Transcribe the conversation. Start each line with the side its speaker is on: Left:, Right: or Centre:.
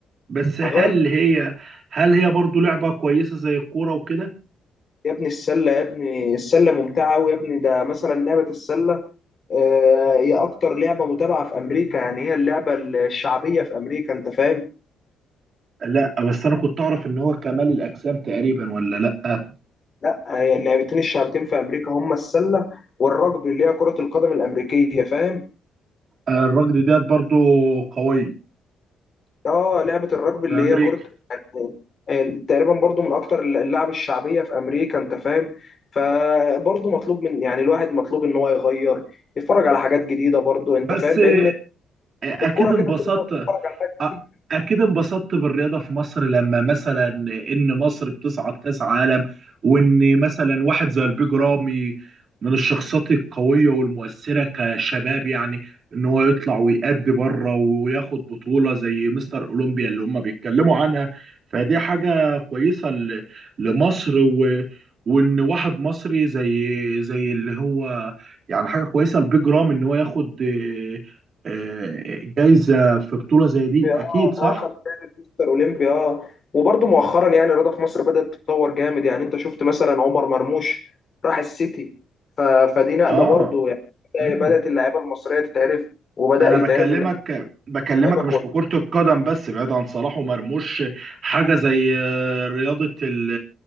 Right: بس هل
Left: اغير
Right: هي هل هي برضو لعبة كويسة زي الكورة وكده؟
Left: يا ابني السله يا ابني السله ممتعه ويا ابني ده مثلا لعبه السله آه، هي اكتر لعبه متابعه في امريكا يعني هي اللعبه الشعبيه في امريكا انت فاهم
Right: لا بس انا كنت اعرف ان هو كمال الاجسام تقريبا ولا لا آه،
Left: لا هي اللعبتين الشعبتين في امريكا هما السله والرجبي اللي هي كره القدم الامريكيه فاهم
Right: الركض ديت برضو قوي
Left: اه لعبه الرجبي
Right: في
Left: اللي
Right: امريكا
Left: هي كره يعني آه، تقريبا برضو من اكتر اللعب الشعبيه في امريكا انت فاهم فبرضو مطلوب من يعني الواحد مطلوب ان هو يغير يتفرج على حاجات جديده برضو انت
Right: بس
Left: فاهم لان
Right: اكيد
Left: الكره كده
Right: انبسطت
Left: كده بتتفرج على حاجات
Right: أ-
Left: كتير
Right: اكيد انبسطت بالرياضه في مصر لما مثلا ان مصر بتصعد كاس عالم وان مثلا واحد زي البيج رامي من الشخصيات القويه والمؤثره كشباب يعني ان هو يطلع ويأدي بره وياخد بطوله زي مستر اولمبيا اللي هم بيتكلموا عنها فدي حاجه كويسه ل- لمصر و وان واحد مصري زي زي اللي هو يعني حاجه كويسه البيج رامي ان هو ياخد آه، آه، جايزه في بطولة زي دي
Left: اولمبي
Right: اكيد
Left: اه
Right: صح
Left: هو خد جائزه مستر اولمبي اه وبرضه مؤخرا يعني الرياضه في مصر بدات تتطور جامد يعني انت شفت مثلا عمر مرموش راح السيتي ف... فدي نقله
Right: اه
Left: برضه يعني
Right: مم.
Left: بدات اللعيبه المصريه تتعرف وبدا
Right: انا
Left: يتعرف
Right: بكلمك
Left: ان
Right: بكلمك
Left: لعيبه كويسه
Right: مش في كرة القدم بس بعيد عن صلاح ومرموش حاجة زي آه، رياضة ال